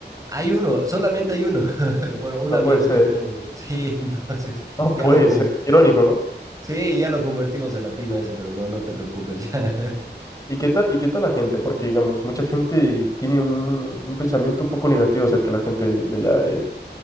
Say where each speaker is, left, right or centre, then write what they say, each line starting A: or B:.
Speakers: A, on the right; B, on the left.
A: hay uno, solamente hay uno, <laughs> bueno, un
B: No
A: amigo
B: puede ser.
A: que tenemos ahí. Sí, <laughs> entonces
B: No
A: ya
B: puede
A: lo como,
B: ser, qué irónico, ¿no?
A: sí, ya lo convertimos a latino ese, pero no, no te preocupes, <laughs> ya.
B: ¿Y qué tal, y qué tal la gente? Porque, digamos, mucha gente tiene un, un pensamiento un poco negativo acerca de la gente de allá de, de